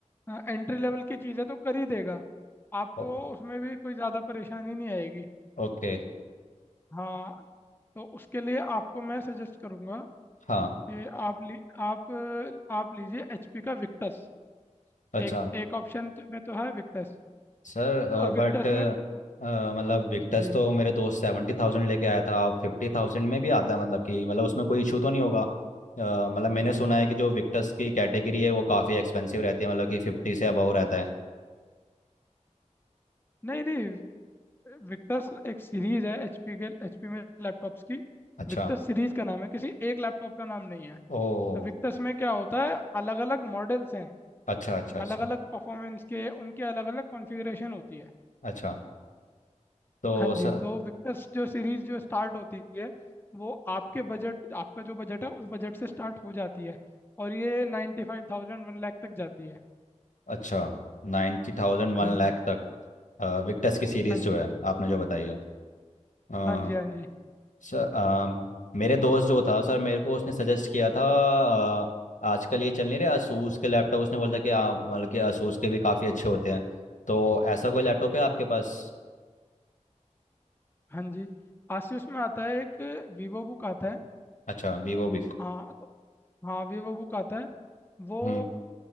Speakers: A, on the left; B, on the left.
A: एंट्री लेवल की चीज़ें तो कर ही देगा आपको
B: ओ-
A: उसमें भी कोई ज़्यादा परेशानी नहीं आएगी
B: ओके
A: हाँ तो उसके लिए आपको मैं सजेस्ट करूंगा
B: हाँ
A: कि आप ली आप अ, आप लीजिए एचपी का विक्टस
B: अच्छा
A: एक एक ऑप्शन तो में तो है विक्टस
B: सर
A: और
B: बट
A: विक्टस में
B: मतलब विक्टर्स
A: जी
B: तो मेरे दोस्त सेवेंटी थाउजेंड लेके आया था आप फिफ्टी थाउजेंड में भी आता है मतलब कि मतलब उसमें कोई इशू तो नहीं होगा अ, मतलब मैंने सुना है कि जो विक्टर्स की कैटेगरी है वो काफ़ी एक्सपेंसिव रहती है मतलब कि फिफ्टी से अबव रहता है
A: नहीं नहीं विक्टस एक सीरीज है एचपी के एचपी में लैपटॉप्स की
B: अच्छा
A: विक्टस सीरीज का नाम है किसी एक लैपटॉप का नाम नहीं है
B: ओ
A: तो विक्टस में क्या होता है अलग अलग मॉडल्स हैं
B: अच्छा अच्छा अच्छा
A: अलग अलग परफॉर्मेंस के उनके अलग अलग कॉन्फ़िगरेशन होती है
B: अच्छा तो
A: हाँ
B: सर
A: जी तो विक्टर्स जो सीरीज जो स्टार्ट होती है वो आपके बजट आपका जो बजट है उस बजट से स्टार्ट हो जाती है और ये नाइन्टी फाइव थाउजेंड वन लाख तक जाती है
B: अच्छा नाइन्टी थाउजेंड वन
A: हाँ जी
B: लाख तक विक्टर्स की सीरीज़
A: हाँ
B: जो
A: जी
B: है आपने जो बताई है
A: हाँ जी हाँ जी
B: सर अम, मेरे दोस्त जो था सर मेरे को उसने सजेस्ट किया था अ, आजकल ये चल नहीं रहे asus के लैपटॉप उसने बोला था कि आ, मतलब कि asus के भी काफ़ी अच्छे होते हैं तो ऐसा कोई लैपटॉप है आपके पास
A: हाँ जी आसियोस में आता है एक वीवो बुक आता है
B: अच्छा वीवो भी
A: हाँ तो हाँ वीवो बुक आता है वो
B: हम्म